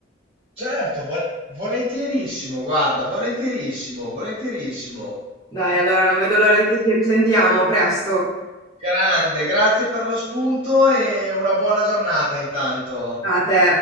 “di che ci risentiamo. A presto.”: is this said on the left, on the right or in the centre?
Left